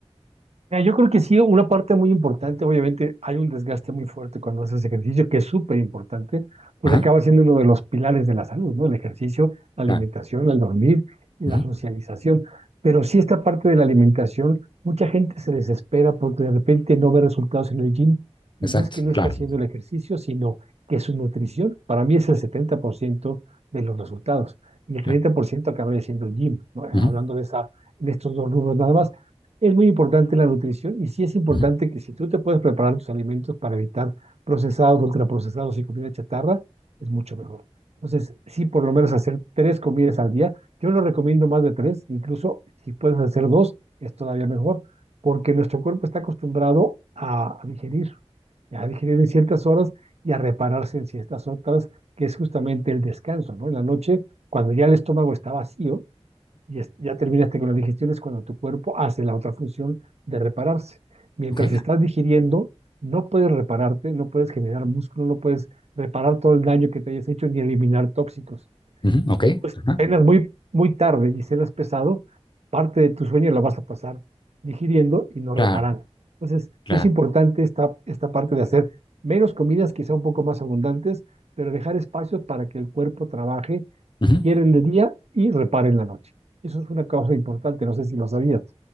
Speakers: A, on the right; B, on the left.
A: Mira, yo creo que sí, una parte muy importante, obviamente hay un desgaste muy fuerte cuando haces ejercicio, que es súper importante, porque
B: Ajá,
A: acaba siendo uno de los pilares de la salud, ¿no? El ejercicio, la
B: claro.
A: alimentación, el dormir y la
B: Ajá,
A: socialización. Pero sí esta parte de la alimentación, mucha gente se desespera porque de repente no ve resultados en el gym y
B: exacto,
A: no es que no
B: claro,
A: esté haciendo el ejercicio, sino que su nutrición, para mí es el 70% de los resultados y el
B: claro.
A: 30% acabaría siendo el gym, ¿no? Hablando
B: Ajá,
A: de esa, en estos dos rubros nada más. Es muy importante la nutrición y sí es importante
B: ajá,
A: que si tú te puedes preparar tus alimentos para evitar procesados, ultraprocesados y comida chatarra, es mucho mejor. Entonces, sí, por lo menos hacer tres comidas al día. Yo no recomiendo más de tres, incluso si puedes hacer dos, es todavía mejor, porque nuestro cuerpo está acostumbrado a, a digerir, a digerir en ciertas horas y a repararse en ciertas otras, que es justamente el descanso, ¿no? En la noche, cuando ya el estómago está vacío, y es- ya terminaste con la digestión, es cuando tu cuerpo hace la otra función de repararse. Mientras
B: ok,
A: estás digiriendo, no puedes repararte, no puedes generar músculo, no puedes reparar todo el daño que te hayas hecho ni eliminar tóxicos.
B: ujú, ok,
A: Si tú
B: ajá,
A: cenas muy, muy tarde y cenas pesado, parte de tu sueño la vas a pasar digiriendo y no
B: claro,
A: reparando. Entonces,
B: claro.
A: sí es importante esta, esta parte de hacer menos comidas, quizá un poco más abundantes, pero dejar espacios para que el cuerpo trabaje,
B: Ujú,
A: digiere
B: ajá.
A: en el día y repare en la noche. Eso es una causa importante, no sé si lo sabías.